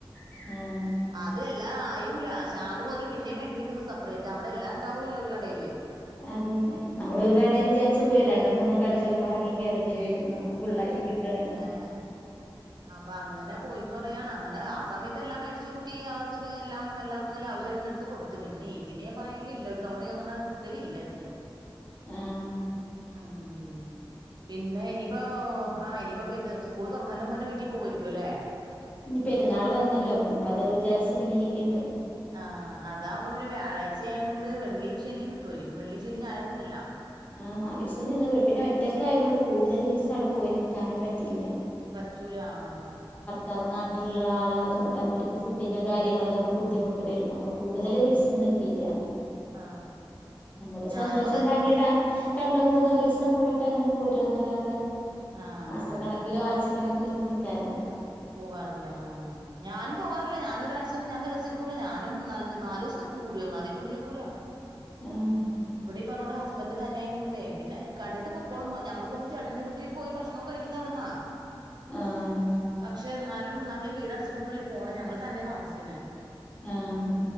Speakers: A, on the left; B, on the right.
A: ആഹ്
B: അതു എല്ലാം ആയൂല. ഷാള് മൊതല് പിന്നേം മേടിക്കേണ്ടിന്നു സപ്പറേറ്റ. അവിടെ എല്ലാം ഇണ്ടാവൂലല്ലോ ഒരു കടേല്.
A: അത് തന്നെ നമ്മളൊരു കട വിചാരിച്ച് പോയ രണ്ടും മൂന്നും കട ചെലപ്പോ അറങ്ങിക്കേറേണ്ടി വെരും നമു ഫുള്ളായിട്ട് കിട്ടണെങ്കി
B: ആഹ് അപ്പങ്ങനെ പോയിന്ന് പറയാണ്. അങ്ങനെ ആ സമയത്ത് എല്ലാം മേടിച്ചു കൂട്ടി അതിന് എല്ലാം എല്ലാർക്കു ലാവിഷായിട്ടെന്നെ എടുത്ത് കൊടു ത്ത് പിന്നെ ഇതിന് ഞാ പറയലില്ല. ഒരു തവണ അങ്ങനെ എടുക്കലില്ല ഇതിന്.
A: ആഹ്
B: ഉം. പിന്നെ ഇനീപ്പോ ആ ഇനിപ്പോ ഇത് സ്കൂള് തൊറക്ക്ണേനു മുമ്പന്നെ വീട്ടി പോവേരിക്കുല്ലേ?
A: ഇനി പെരുന്നാള് വന്നല്ലൊ. ഇനിപ്പ അത് വിചാരിച്ചിങ്ങനെ ഇരിക്ക്ണ്ട്.
B: ആഹ് അതാവുമ്പം പിന്നെ വ്യാഴാഴ്ചയായിങ്ങ് കൊണ്ട് വെള്ളിം ശനിം കിട്ട്വാരിക്കും വെള്ളീം ശനിം ഞായറു ഇണ്ടല്ലൊ.
A: ആ നാലീസം നിന്ന് വരും. പിന്നെ ഒറ്റയ്ക്കായതൊണ്ട് കൂടുതല് ദിവസം ആടെ പോയി നിക്കാനും പറ്റില്ല.
B: പറ്റൂല ആഹ്.
A: തമിഴ്നാട്ടില്ള്ള ആളായതോണ്ട് അവര്ക്ക് ഫുഡിന്റെ കാര്യങ്ങള് ഇതൊക്കെ ബുദ്ധിമുട്ട് വെരും. അപ്പൊ കൂടുതല്
B: ഉവ്വ ഉവ്വ
A: ദിവസം നിക്കില്ല.
B: ആ
A: നമ്മടെ
B: ഞാനും
A: സന്തോഷം
B: അതെ
A: പങ്കിടാൻ. രണ്ടോ മൂന്നോ ദിവസം പോയിട്ട് അങ്ങനെ പോര്യാന്നല്ലാതെ
B: ആ
A: മാസക്കണക്കിലോ ആഴ്ച കണക്കി ക്കിലൊന്നും നിക്കാറില്ല.
B: പോകാറില്ല ആഹ്. ഞാനും പോകാറില്ല ഞാനൊരാഴ്ച ഒന്ന് ഞാൻതെകച്ചിക്കൂല ഞാനും മൂന്നാലഞ്ച് നാലു ദിവസം നിക്കും കൂടിവന്ന അതി കൂടുതലിക്കൂല.
A: ആഹ്
B: ഇവിടെ ഈ പറഞ്ഞുട്ട് ഹസ് ബന്റ് തന്നെആയുംങ്ങുണ്ടേ പിന്നെ ഇ കടയിട്ട് പൊക്കോളും ഞങ്ങള് പോകുമ്പോ ചേട്ടന്റെ വീട്ടി പോയി ഭക്ഷണൊക്കെ കഴിക്കുന്നെ അവിടിന്നാ.
A: ആഹ്
B: പക്ഷെ എന്നാലും നമ്മളീ വീട് അടിച്ചിട്ടൂണ്ടല്ലേ പോണേ ഞങ്ങള് തന്നെയാ താമസിക്കണേ.
A: ആഹ്